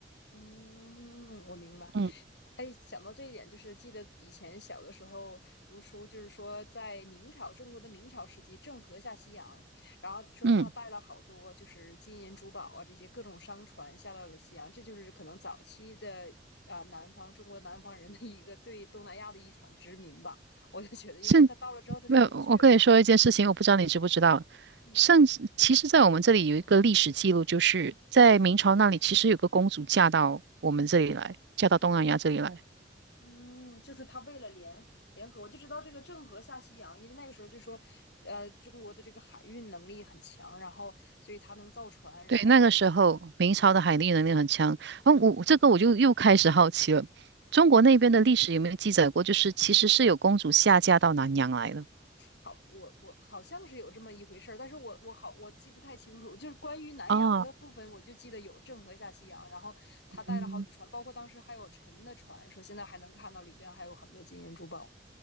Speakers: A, on the left; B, on the right.
A: 嗯，我明白。
B: 嗯，
A: 哎，想到这一点，就是记得以前小的时候读书，就是说在明朝中国的明朝时期，郑和下西洋，然后说他带了好多就是金银珠宝啊这些各种商船下到了西洋，
B: 嗯，
A: 这就是可能早期的啊、南方中国南方人的一个对东南亚的一场殖民吧。我就觉得，因为他到了之后他就回不去了嘛。
B: 甚没有，我跟你说一件事情，我不知道你知不知道。
A: 嗯
B: 甚至，其实，在我们这里有一个历史记录，就是在明朝那里，其实有个公主嫁到我们这里来，嫁到东南亚这里来。
A: 嗯，就是他为了联联合，我就知道这个郑和下西洋，因为那个时候就说，呃，中国的这个海运能力很强，然后所以他能造船，然后他，
B: 对，那个时候明朝的海力能力很强。
A: 嗯，
B: 然后我这个我就又开始好奇了，中国那边的历史有没有记载过，就是其实是有公主下嫁到南洋来的
A: 好，我我好像是有这么一回事儿，但是我我好我记不太清楚，就是关于南洋的部分，
B: 啊？
A: 我就记得有郑和下西洋，然后他带了好几船，
B: 嗯，
A: 包括当时还有沉的船，说现在还能看到里边还有很多金银珠宝，